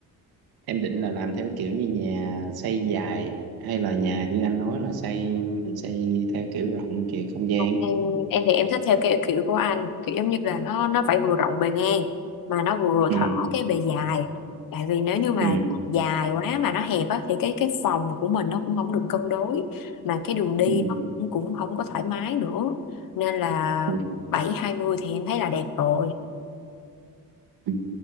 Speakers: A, on the right; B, on the left.
A: em định là làm theo kiểu như nhà xây dài hay là nhà như anh nói là xây mình xây theo kiểu rộng kiểu không gian.
B: em em thì em thích theo cái kiểu của anh kiểu giống như là nó nó phải vừa rộng bề ngang mà nó vừa
A: Ừ
B: thỏ cái bề dài tại vì nếu như mà
A: ừ
B: dài quá mà nó hẹp á thì cái cái phòng của mình nó cũng không được cân đối mà cái đường đi
A: ừ
B: nó cũng cũng không có thoải mái nữa nên là
A: ừ.
B: bảy hai mươi thì em thấy là đẹp rồi
A: ừ.